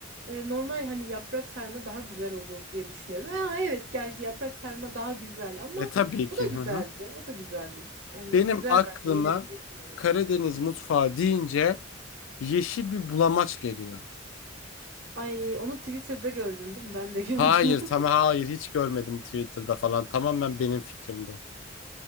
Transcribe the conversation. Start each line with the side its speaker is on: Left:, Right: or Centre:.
Right: E, normal hani yaprak sarma daha güzel olur diye düşünüyordum. Ya, evet gerçi yaprak sarma daha güzel ama
Left: E tabii
Right: o
Left: ki.
Right: da
Left: Hı
Right: güzeldi.
Left: hı.
Right: O da güzeldi. Yani
Left: Benim
Right: güzel
Left: aklıma
Right: bence yenebilecek bir yemek.
Left: Karadeniz mutfağı deyince yeşil bir bulamaç geliyor.
Right: Ay onu Twitter'da gördün değil mi? Ben de <laughs> gördüm
Left: Hayır,
Right: onu.
Left: tamam hayır hiç görmedim Twitter'da falan. Tamamen benim fikrim bu.